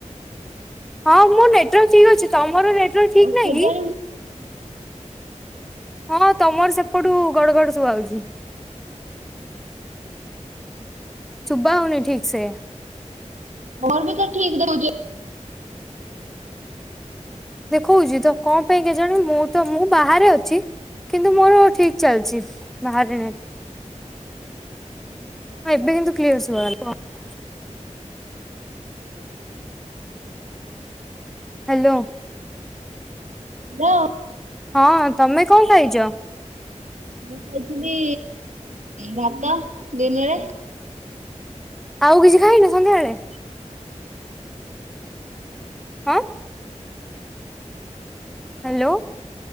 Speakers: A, in the centre; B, on the right.
A: ହଁ ମୋର ନେଟୱାର୍କ ଠିକ୍ ଅଛି ତମର ନେଟ ର ଠିକ୍
B: ଆଉ
A: ନାହିଁକି?
B: କେଜାଣି
A: ହଁ ତମର ସେପଟୁ ଗଡ଼ଗଡ଼ ସବୁ ଆଉଚି।
B: <inaudible>
A: ସୁବା ହଉନି ଠିକିସେ?
B: ମୋରବିତ ଠିକ୍ ରହୁଚି।
A: ଦେଖୁଉଚି ତକଣ ପାଇଁ କେଜାଣ ମୁଁତ ମୁଁ ବାହାରେ ଅଛି। କିନ୍ତୁ ମୋର ଠିକ୍ ଚାଲିଚି ବାହାରେ ନେଟ ହଁଏବେ କିନ୍ତୁ କ୍ଲିୟର ସୁଭାଗଲା କୁହ। ହାଲୋ।
B: ହାଲୋ।
A: ହଁ ତମେ କଣ ଖାଇଛ?
B: ମୁଁ ଖାଇଥିଲି ଭାତ ଦିନରେ
A: ଆଉ କିଛି ଖାଇନ ସନ୍ଧ୍ୟାବେଳେ? ଅଁ। ହାଲୋ।